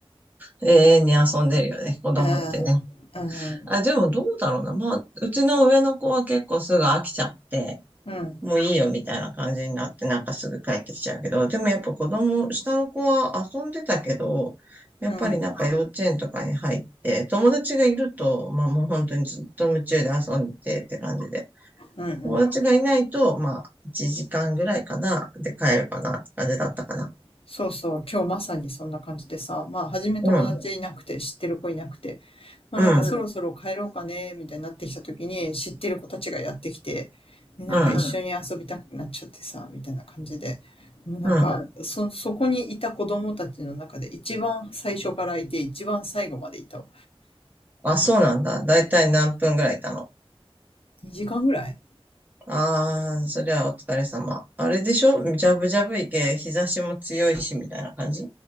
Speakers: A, on the right (about 15°); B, on the left (about 65°).
A: 永遠に遊んでるよね、子供ってね。
B: うん、うん、
A: あ、でもどうだろうな。まあ、うちの上の子は結構すぐ飽きちゃって、
B: うん、
A: もういいよみたいな感じになって、なんかすぐ帰ってきちゃうけど、でもやっぱ子供、下の子は遊んでたけど、やっぱりなんか幼稚園とかに入って、
B: うん、
A: 友達がいると、まあもう本当にずっと夢中で遊んでてって感じで、
B: うんうん。
A: 友達がいないと、まあ1時間ぐらいかな、で帰るかなって感じだったかな。
B: そうそう、今日まさにそんな感じでさ、まあ、初め友達いなくて、
A: うん、
B: 知ってる子いなくて、まあなんかうそろん、
A: うん、
B: そろ帰ろうかね、みたいになってきた時に、知ってる子たちがやってきて、でなんかう一緒ん、
A: うん、
B: 緒に遊びたくなっちゃってさ、みたいな感じで、もうなんうか、
A: うん。
B: ん。そ、そこにいた子供たちの中で一番最初からいて、一番最後までいたわ。
A: あ、そうなんだ。だいたい何分ぐらいいたの
B: 2時間ぐらい
A: ああー、そりゃお疲れ様。あれでしょジャブジャブいけ、日差しも強いし、みたいな感じ